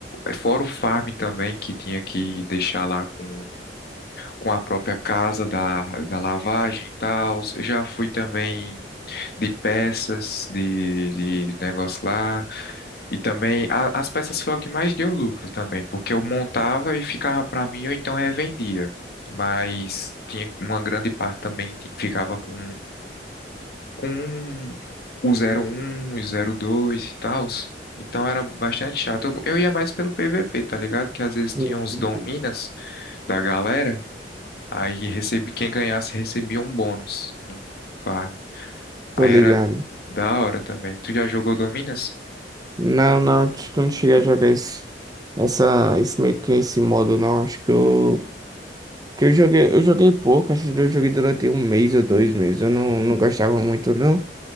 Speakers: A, on the left; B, on the right.
A: Fora o farm também que tinha que deixar lá com com a própria casa da, da lavagem e tal. Já fui também de peças, de, de negócio lá. E também a- as peças foi o que mais deu lucro também, porque eu montava e ficava para mim, ou então revendia. Mas tinha uma grande parte também que ficava com, com o zero um o zero dois e tal. Então era bastante chato. Eu, eu ia mais pelo PVP, tá ligado? Que às vezes tinha
B: Hum.
A: uns dominas da galera Aí recebi, quem ganhasse recebia um bônus no farm.
B: Tô
A: Aí
B: ligado.
A: era da hora também. Tu já jogou Dominas?
B: Não, não, acho que eu não cheguei a jogar esse, essa, esse meio que esse modo não. Acho que eu, que eu joguei, eu joguei pouco, acho que eu joguei durante um mês ou dois meses. Eu não, não gostava muito não.